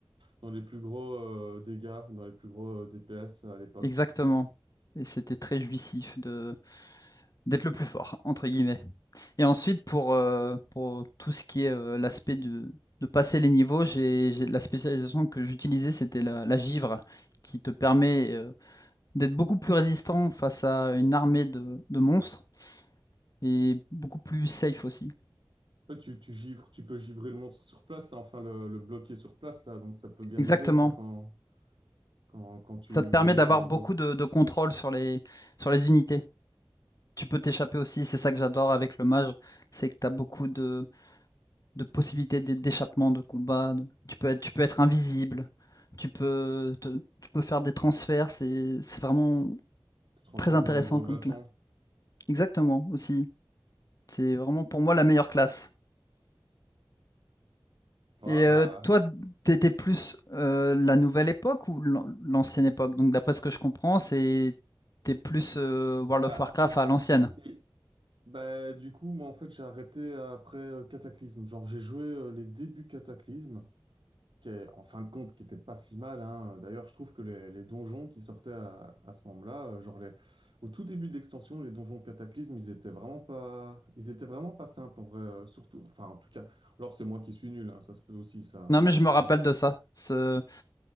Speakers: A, on the right (about 75°); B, on the left (about 45°).
A: dans les plus gros euh, dégâts, dans les plus gros euh, DPS à l'époque.
B: Exactement. Et c'était très jouissif de d'être le plus fort, entre guillemets. Et ensuite, pour, euh, pour tout ce qui est euh, l'aspect de, de passer les niveaux, j'ai, j'ai- la spécialisation que j'utilisais, c'était la, la givre, qui te permet euh, d'être beaucoup plus résistant face à une armée de, de monstres et beaucoup plus safe aussi.
A: Ouais, tu, tu givres, tu peux givrer le monstre sur place, là, enfin le, le bloquer sur place, là, donc ça peut bien
B: Exactement.
A: aider, ça, quand, quand, quand tu
B: Ça te permet
A: montes
B: d'avoir
A: en niveau.
B: beaucoup de, de contrôle sur les, sur les unités. Tu peux t'échapper aussi, c'est ça que j'adore avec le mage, c'est que tu as beaucoup de, de possibilités d'é- d'échappement, de combat. de- Tu peux être, tu peux être invisible, tu peux, te- tu peux faire des transferts. C'est, c'est vraiment
A: Te transformer
B: très intéressant
A: en gros
B: comme
A: glaçon.
B: classe. Exactement, aussi. C'est vraiment pour moi la meilleure classe.
A: Ah,
B: Et
A: bah,
B: euh, toi, t'étais plus euh, la nouvelle époque ou l'an- l'ancienne époque? Donc d'après ce que je comprends, c'est t'es plus euh, World
A: ah,
B: of Warcraft à l'ancienne.
A: et- bah, du coup, moi, en fait, j'ai arrêté après euh, Cataclysme. Genre, j'ai joué euh, les débuts Cataclysme. qui est, en fin de compte, qui était pas si mal. hein. D'ailleurs, je trouve que les, les donjons qui sortaient à, à ce moment-là, euh, genre les, au tout début de l'extension, les donjons Cataclysme, ils étaient vraiment pas, ils étaient vraiment pas simples en vrai. euh, surtout, enfin, en tout cas, alors c'est moi qui suis nul, hein, ça se peut aussi ça.
B: Non mais
A: Mais
B: je me
A: en
B: rappelle
A: tout-
B: de ça, ce-